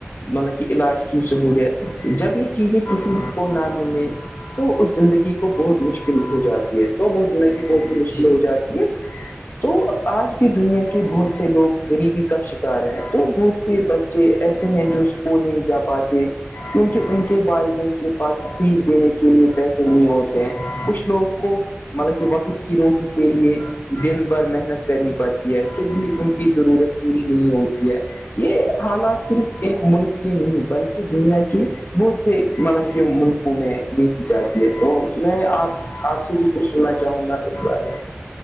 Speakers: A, on the left; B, on the left.
A: مطلب کہ علاج کی سہولیت جب یہ چیزیں کسی کو نہ ملے تو اس زندگی کو بہت مشکل ہو جاتی ہے تو وہ زندگی بہت ہی مشکل
B: جی
A: ہو جاتی ہے تو آج بھی دنیا کے بہت سے لوگ غریبی کا شکار ہیں تو بہت سے بچے ایسے ہیں جو وہ نہیں جا پاتے کیونکہ ان کے والدین کے پاس فیس دینے کے لیے پیسے نہیں ہوتے ہیں کچھ لوگ کو مطلب کہ وقت کی روٹی کے لیے دن بھر محنت کرنی پڑتی ہے پھر بھی ان کی ضرورت پوری نہیں ہوتی ہے یہ
B: جی
A: حالات صرف ایک ملک کے نہیں بلکہ دنیا کے کہ بہت سے ملب ملکوں میں دھی جاتی ہے تو میں آپ
B: جی
A: آپ سے بھی پوچھ سنا چاہوں گا اس بارے